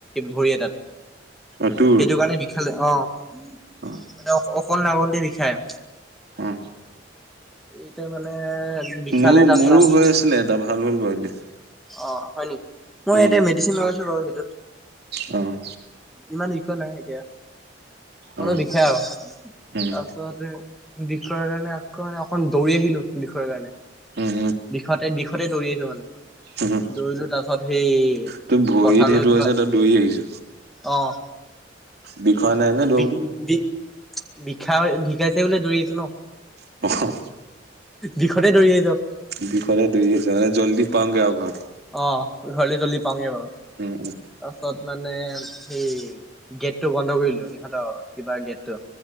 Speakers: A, in the centre; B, on the right.
A: ভৰি এটাত।
B: অ তোৰ
A: সেইটো কাৰণে বিষালে অ' মানে
B: অ
A: অক অকণ <unintelligible> বিষায়।
B: অ
A: এইটা মানে বিষালে
B: মোৰ
A: তাৰপিছত
B: মোৰো হৈ আছিলে এটা ভাল হ'ল বাৰু এতিয়া।
A: অ' হয় নেকি। মই
B: উম
A: এতিয়া মেডিচিন লগাইছোঁ বাৰু সেইটোত।
B: অ'।
A: ইমান বিষয় নাই এতিয়া, অলপ
B: অ
A: বিষয় আৰু।
B: উম
A: অ' <unintelligible> বিষৰ কাৰণে আকৌ মানে অকণ দৌৰি আহিলোঁ বিষৰ কাৰণে।
B: উম
A: বিষতে বিষতে দৌৰি আহিছোঁ মানে।
B: উম উম
A: দৌৰিলো তাৰ পিছত সেই,
B: তোৰ ভৰিত
A: পথাৰলৈ
B: সেইটো
A: যোৱা।
B: হৈছে তই দৌৰি আহিছ
A: অ'
B: বিষোৱা নাই নে দৌৰোতে
A: বি-বি বিষা গিষাইছে বুলি দৌৰি আহিছোঁ ন'।
B: <unintelligible>
A: দিষতে দৌৰি আহি <unintelligible>
B: বিষতে দৌৰি আহিছোঁ মানে জল্দি পাওঁগে আৰু ঘৰত।
A: অ' ঘৰলৈ জ্বলদি পাওঁয়েই বাৰু।
B: উম
A: তাৰপাছত মানে সেই গেটটো বন্ধ কৰি দিলোঁ ইহঁতৰ কিবা গেটটো।